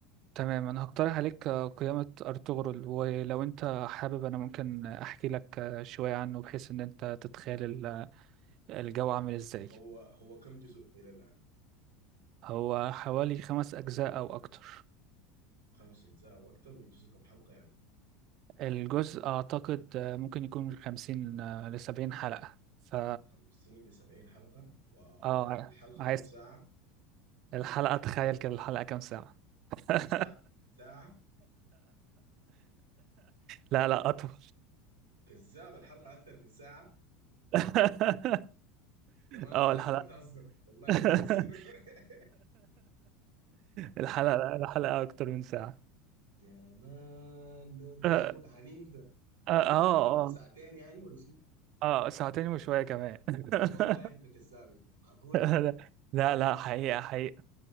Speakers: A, on the right; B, on the right.
A: تمام أنا هقترح عليك آه، قيامة أرطغرل ولو أنت حابب أنا ممكن أحكي لك آه، شوية عنه بحيث إن أنت تتخيل ال- الجو عامل إزاي
B: هو هو كم جزء إلى الآن
A: هو حوالي خمس أجزاء أو أكتر
B: خمس أجزاء أو أكتر والجزء كم حلقة يعني
A: الجزء أعتقد آه، ممكن يكون من 50 آه، لسبعين حلقة ف
B: خمسين لسبعين حلقة واو
A: اه
B: والحلقة
A: عايز
B: كم ساعة
A: الحلقة تخيل كده الحلقة كام ساعة <laughs>
B: ساعة ساعة
A: لا لا أطول
B: كذاب الحلقة أكتر من ساعة
A: <laughs>
B: يا مان
A: اه
B: والله
A: الحلقة
B: أنت بتهزر والله
A: <laughs>
B: بتهزر <laughs>
A: الحلقة الحلقة أكتر من ساعة
B: يا مان ده ده
A: اه
B: شغل عنيف ده
A: اه
B: كم
A: اه
B: عليك الله ساعتين يعني ولا شنو
A: آه، ساعتين وشوية كمان <laughs>
B: يا أخي والله أنت كذاب يعني معقولة
A: لا لا لا، حقيقة حقيقة